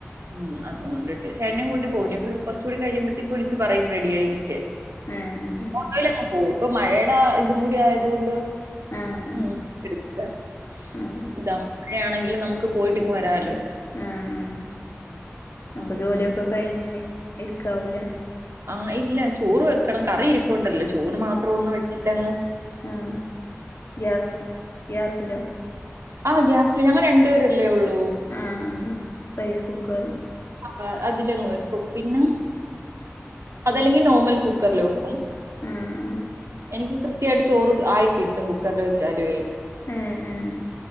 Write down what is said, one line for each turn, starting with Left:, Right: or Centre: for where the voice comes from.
Right: ഉം അതുകൊണ്ടിട്ട് പക്ഷെ ചേട്ട്നേം കൂട്ടി പോകും ഇനിപ്പൊരു കൊറച്ചൂടി കഴിയ്പത്തേക്ക് വിളിച്ച് പറയും റെഡിയായി നിക്കാൻ
Left: ഏഹ് ആഹ്
Right: അയിലങ്ങ് പോകും ഇപ്പ മഴയുടെ ഇതും കൂടി ആയതോണ്ട്
Left: ആഹ് ആഹ്
Right: ഉം ഇട്താ <unintelligible>
Left: ആഹ് ആഹ്
Right: ആണെങ്കിലും നമുക്ക് പോയിട്ട് ഇങ്ങ് വരാലോ
Left: ആഹ് ആഹ് അപ്പൊ
Right: അങ്ങനെ.
Left: ജോലിയൊക്കെ കഴിഞ്ഞ് ഇരിക്കാവൂല്ലേ
Right: ആഹ് ഇല്ല ചോറ് വെക്കണം കറി ഇരിപ്പുണ്ടല്ലോ ചോറ് മാത്രം ഒന്ന് വെച്ചിട്ടങ്ങ്
Left: ആ ഗ്യാസ് ഗ്യാസിലോ
Right: ആ ഗ്യാസില് ഞങ്ങൾ രണ്ടുപേരല്ലേ ഉള്ളൂ
Left: ആഹ് ആഹ് റൈസ്കുക്കറ്
Right: ആ അതിലങ്ങ് വെക്കും പിന്നെ അതല്ലെങ്കി നോർമൽ കുക്കറിൽ വെക്കും
Left: ആഹ് ആഹ്
Right: എനിക്ക് കൃത്യമായിട്ട് ചോറ് ആയി കിട്ടും കുക്കറിൽ വെച്ചാലുവേ
Left: ആഹ് ആഹ്